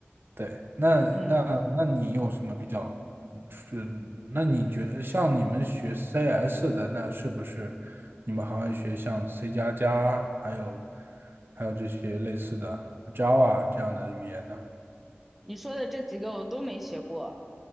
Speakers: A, on the right (about 55°); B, in the centre.
A: 对，那那那你有什么比较
B: 嗯，
A: 是？那你觉得像你们学 CS 的，那是不是你们还会学像 C 加加，还有还有这些类似的 Java 这样的语言呢？
B: 你说的这几个我都没学过，